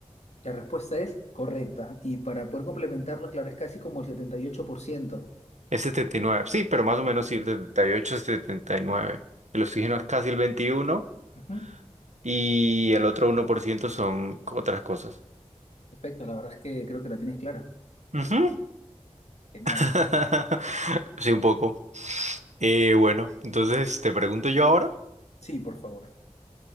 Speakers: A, on the left; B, on the right.
A: La respuesta es correcta. Y para poder complementarlo, claro, es casi como el 78%.
B: es 79 sí, pero más o menos sí, setenta y ocho setenta y nueve El oxígeno
A: Ya.
B: es casi el 21
A: Ujú.
B: y el otro uno por ciento son otras cosas.
A: Perfecto, la verdad es que creo que la tienes clara.
B: Ujú.
A: Genial.
B: <laughs> Sí, un poco. Eh, bueno, entonces te pregunto yo ahora.
A: Sí, por favor.